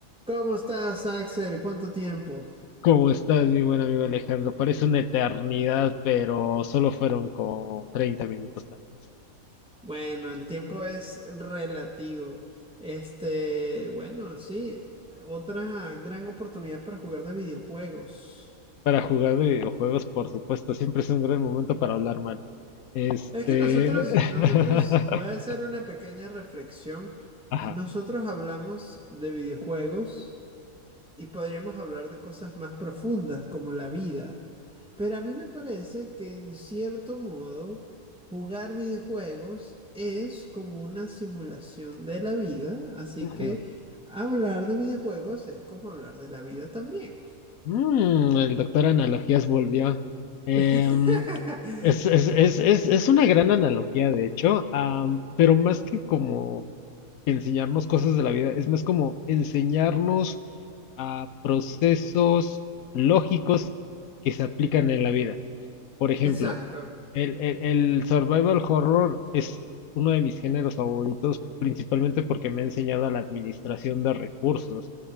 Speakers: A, in the centre; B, on the left.
A: ¿Cómo estás, Axel? ¿Cuánto tiempo?
B: ¿Cómo estás, mi buen amigo Alejandro? Parece una eternidad, pero solo fueron como 30 minutos tal vez.
A: Bueno, el tiempo es relativo. Este, bueno, sí, otra gran oportunidad para jugar de videojuegos.
B: Para jugar de videojuegos, por supuesto, siempre es un gran momento para hablar mal. Este...
A: Es que nosotros,
B: <laughs>
A: nosotros, voy a hacer una pequeña reflexión.
B: Ajá.
A: Nosotros hablamos de videojuegos y podríamos hablar de cosas más profundas como la vida. Pero a mí me parece que en cierto modo jugar videojuegos es como una simulación de la vida, así
B: Ujú.
A: que hablar de videojuegos es como hablar de la vida también.
B: Mm, el doctor Analogías volvió. Em,
A: <laughs>
B: es, es, es, es, es una gran analogía, de hecho, am, pero más que como enseñarnos cosas de la vida, es más como enseñarnos a procesos lógicos que se aplican en la vida. Por ejemplo,
A: Exacto.
B: el, el- el survival horror es uno de mis géneros favoritos, principalmente porque me ha enseñado a la administración de recursos.